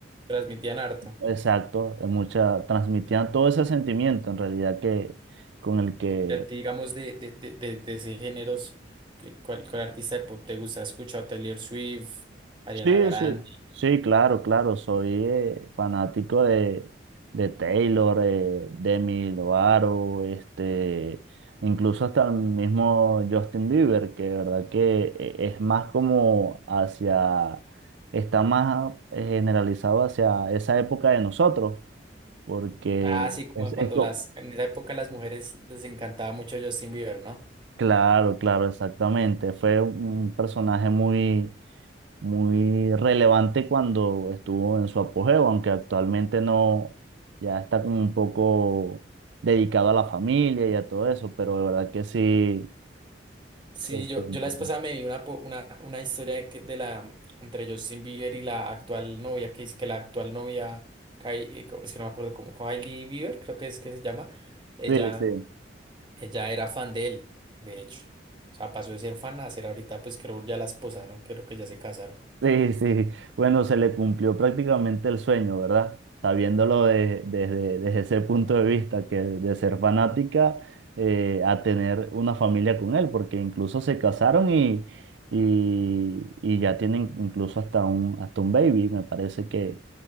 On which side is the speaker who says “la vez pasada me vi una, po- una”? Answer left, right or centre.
Right